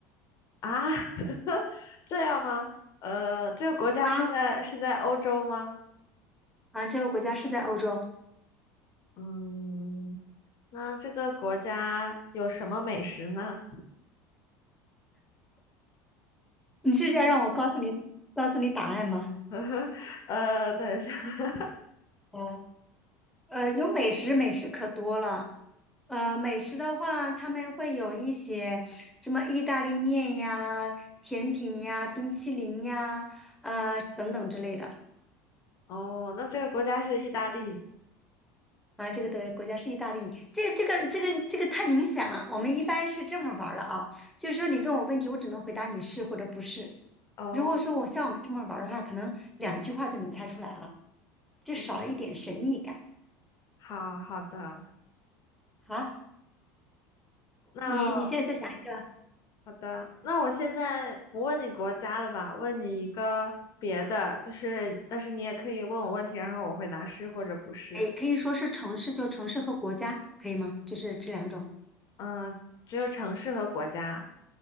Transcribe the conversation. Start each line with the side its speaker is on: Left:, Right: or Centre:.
Left: 啊？<laughs> 这样吗？呃，这个国家是在是在欧洲吗？
Centre: 啊，啊，这个国家是在欧洲。
Left: 嗯，那这个国家有什么美食呢？
Centre: 你是要让我告诉你，告诉你答案吗？
Left: <laughs> 呃，等一下，<laughs>
Centre: 嗯呃，有美食，美食可多了。呃，美食的话，他们会有一些什么意大利面呀、甜品呀、冰淇淋呀，呃等等之类的。
Left: 哦，那这个国家是意大利。
Centre: 啊，这个的国家是意大利，这个、这个这个这个太明显了。我们一般是这么玩儿的啊，
Left: 嗯
Centre: 就是说你问我问题，我只能回答你是或者不是。
Left: 哦，
Centre: 如果说我像我们这么玩儿的话，可能两句话就能猜出来了，就少了一点神秘感
Left: 嗯，好好的，
Centre: 啊。
Left: 那
Centre: 你你现在再想一个，
Left: 好的，那我现在不问你国家了吧，问你一个别的，就是，但是你也可以问我问题，然后我回答是或者不是。
Centre: 哎，可以说是城市，就城市和国家，可以吗？就是这两种。
Left: 嗯，只有城市和国家。